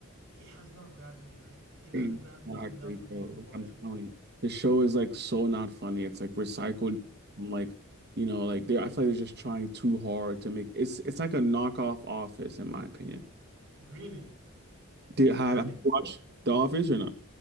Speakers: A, on the right (about 70°); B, on the right (about 55°).
A: it has not grabbed me. Like it hasn't
B: Exactly,
A: grabbed me enough for me
B: bro.
A: to watch
B: Like I'm
A: it.
B: telling you, the show is like so not funny. It's like recycled, like you know, like they. I feel like they're just trying too hard to make. It's it's like a knockoff Office, in my opinion.
A: Really,
B: Did have,
A: because I
B: have
A: think
B: you watched The Office or not?